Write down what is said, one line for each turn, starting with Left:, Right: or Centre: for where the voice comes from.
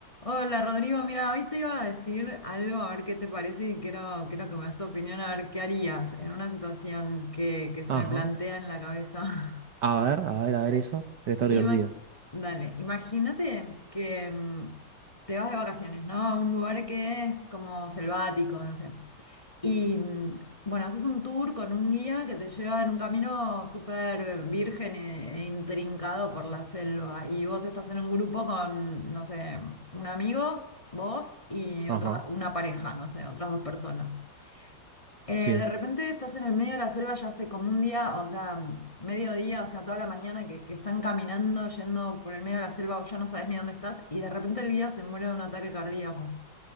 Left: Hola Rodrigo, mira, hoy te iba a decir algo, a ver qué te parece y quiero, quiero que me des tu opinión, a ver qué harías en una situación que, que se
Right: Ajá.
Left: me plantea en la cabeza.
Right: A ver, a ver, a ver eso.
Left: <laughs>
Right: Debe estar
Left: Ima-
Right: divertido.
Left: Dale, imagínate que mm, te vas de vacaciones, ¿no? A un lugar que es como selvático, no sé. Y mm, bueno, haces un tour con un guía que te lleva en un camino súper virgen e, e intrincado por la selva. Y vos estás en un grupo con, no sé, un amigo, vos y
Right: Ajá.
Left: otra, una pareja, no sé, otras dos personas. Eh,
Right: Sí.
Left: de repente estás en el medio de la selva ya hace como un día, o sea, mediodía, o sea, toda la mañana que, que están caminando, yendo por el medio de la selva, vos ya no sabes ni dónde estás, y de repente el guía se muere de un ataque cardíaco.